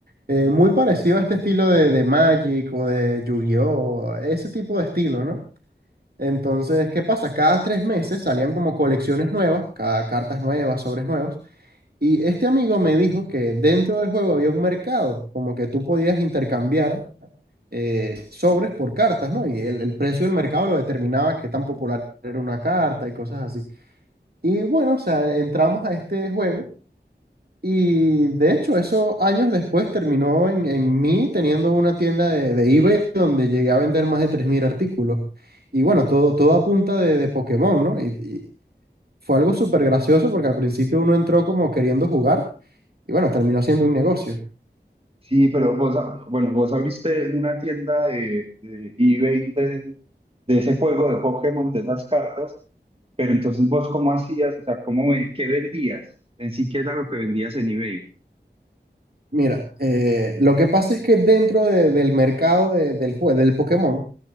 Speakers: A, on the right; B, on the right.
A: eh, muy parecido a este estilo de, de Magic o de Yu-Gi-Oh, ese tipo de estilo, ¿no? Entonces, ¿qué pasa? Cada tres meses salían como colecciones nuevas, cada cartas nuevas, sobres nuevos. Y este amigo me dijo que dentro del juego había un mercado, como que tú podías intercambiar eh, sobres por cartas, ¿no? Y el, el precio del mercado lo determinaba qué tan popular era una carta y cosas así. Y bueno, o sea, entramos a este juego y de hecho eso años después terminó en, en mí teniendo una tienda de, de eBay donde llegué a vender más de 3.000 artículos. Y bueno, todo, todo a punta de, de Pokémon, ¿no? Y, y fue algo súper gracioso porque al principio uno entró como queriendo jugar y bueno, terminó siendo un negocio.
B: Sí, pero vos, ab- bueno, vos abriste una tienda de, de eBay de, de ese juego de Pokémon, de esas cartas, pero entonces vos cómo hacías, o sea, cómo, ve- qué vendías, en sí qué era lo que vendías en eBay.
A: Mira, eh, lo que pasa es que dentro de- del mercado de- del juego, del Pokémon,